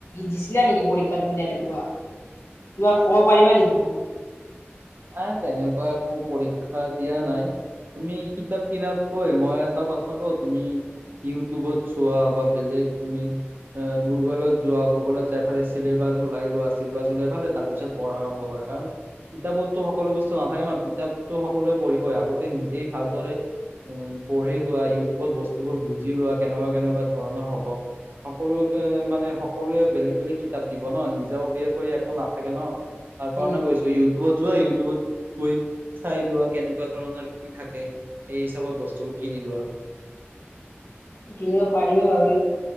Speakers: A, on the left; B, on the right.
A: দিছিলা নেকি পৰীক্ষা তুমি তেনেকুৱা, কিবা ক'ব পাৰিবা নেকি মোক?
B: আ তেনেকুৱা একো পৰীক্ষা দিয়া নাই তুমি কিতাপ কিনাত কৈ মই এটা কথা কওঁ, তুমি ইউটিউবত চোৱা বা বেলেগ তুমি অহ গুগলত যোৱা, গুগলত যাইফালে চিলেবাছ ওলাই লোৱা, চিলেবাছ ওলাই ফালে তাৰ পিছত পঢ়া আৰম্ভ কৰা্ <unintelligible> কিতাপতো সকলো বস্তু নাথাকে ন, কিতাপতো সকলোৱে পঢ়িবই আগতে নিজেই ভালদৰে উম পঢ়ি লোৱা, ইউটিউবত বস্তুবোৰ বুজি লোৱা, কেনেকুৱা কেনেকুৱা ধৰণৰ হ'ব। সকলো মানে সকলোৱে বেলেগ বেলেগ কিতাপ দিব ন, নিজাববীয়াকৈ একো নাথাকে ন তাৰ কাৰণে
A: উম
B: কৈছো যোৱা ইউটিউবত গৈ চাই লোৱা কেনেকুৱা ধৰণৰ কি থাকে। হিচাপত বস্তুবোৰ কিনি লোৱা।
A: কিনিব পাৰিমে বাৰু,